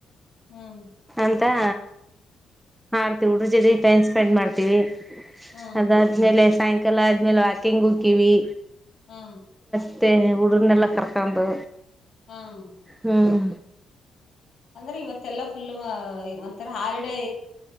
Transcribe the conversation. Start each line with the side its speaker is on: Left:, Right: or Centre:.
Left: ಹ್ಮ್
Centre: ಎಂತಾ ಹಾರತಿ ಉಡು ಜದೆ ಪನ್ ಸ್ಪೆಂಡ್ ಮಾಡ್ತೀವಿ
Left: ಹ್ಮ್
Centre: ಅದಾದ್ಮೇಲೆ ಸಾಯಂಕಾಲ ಲ್ಲಾ ಆದ್ಮೇಲೆ ವಾಕಿಂಗ್ ಹುಕ್ಕಿವವಿ
Left: ಹಾ
Centre: ಮತ್ತ ಉಡನ್ನೆಲ್ಲ ಕರ್ಕೊಂಡದು
Left: ಹ್ಮ್
Centre: ಹ್ಮ್
Left: ಅಂದ್ರೆ ಇವತ್ತೆಲ್ಲಾ ಫುಲ್ ಒಂಥರ ಹಾಲಿಡೇ